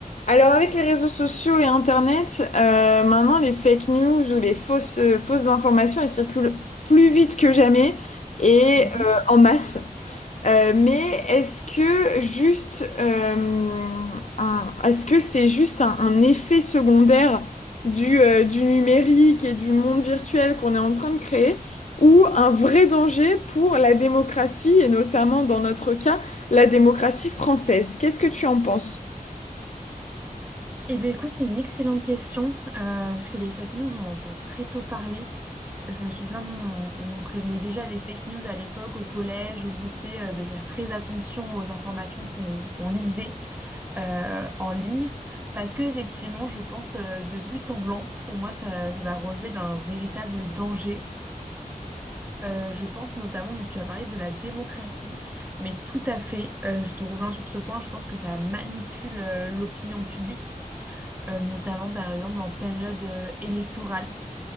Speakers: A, on the left (about 55°); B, on the right (about 15°).
A: Alors avec les réseaux sociaux et Internet, euh, maintenant les fake news ou les fausses, euh, fausses informations, elles circulent plus vite que jamais et
B: Mhm.
A: euh, en masse. Euh, mais est-ce que juste euh, un- est-ce que c'est juste un, un effet secondaire du, euh, du numérique et du monde virtuel qu'on est en train de créer ou un vrai danger pour la démocratie et notamment dans notre cas la démocratie française? Qu'est-ce que tu en penses?
B: Eh bien, écoute, c'est une excellente question, euh, parce que les fake news, on en entend très tôt parler. Je me souviens, nous, on, on nous prévenait déjà des fake news à l'époque, au collège, au lycée, euh, de faire très attention aux informations qu'on qu'on lisait euh, en ligne, parce que effectivement, je pense euh, de but en blanc, pour moi, ça, ça va relever d'un véritable danger. Euh, je pense notamment, donc tu as parlé de la démocratie, mais tout à fait, euh, je te rejoins sur ce point, je pense que ça manipule euh, l'opinion publique. euh, notamment par exemple en période euh, électorale,